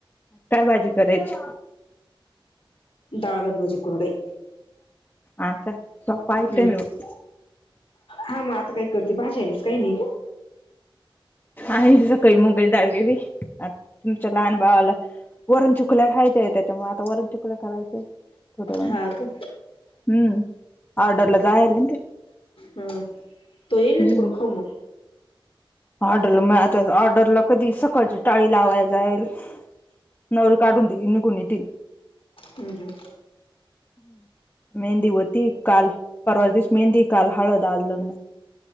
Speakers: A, on the left; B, on the left.
A: काय भाजी करायची?
B: डाळ, भात, भजी, कुरडई.
A: हा का? सोपा आयटम
B: हम्म
A: आहे मग.
B: हा मग आता काय करती भाज्यालाच काही नाही ग.
A: आणी सकाळी मुगाची डाळ केली तुमच्या लहान बाळाला. वरण चकुल्या खायचेय त्याच्यामुळे आता वरण चकुल्या करायचंय. थोड हम्म
B: हा का
A: ऑर्डरला जायल ना ते?
B: हा तो येईल ना
A: हम्म
B: तिकडून खाऊन मग.
A: ऑर्डरला मेय आता ऑर्डरला कधी सकाळची टाळी लावायला जाईल. नल काढून देइल निघून येतील.
B: हम्.
A: <inaudible> मेहंदी होती काल. परवा दिवशी मेहंदी काल हळद आज लग्न.